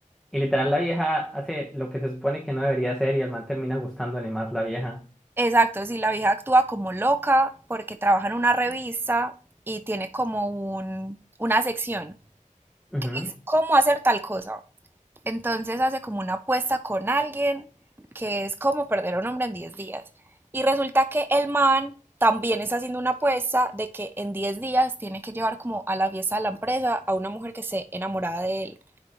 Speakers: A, in the centre; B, on the right.
A: Y literal la vieja hace lo que se supone que no debería hacer y el man termina gustándole más la vieja.
B: Exacto, si sí, la vieja actúa como loca porque trabaja en una revista y tiene como un, una sección
A: Ujú.
B: que es cómo hacer tal cosa. Entonces hace como una apuesta con alguien que es como perder a un hombre en 10 días. Y resulta que el man también está haciendo una apuesta de que en 10 días tiene que llevar como a la fiesta de la empresa a una mujer que esté enamorada de él.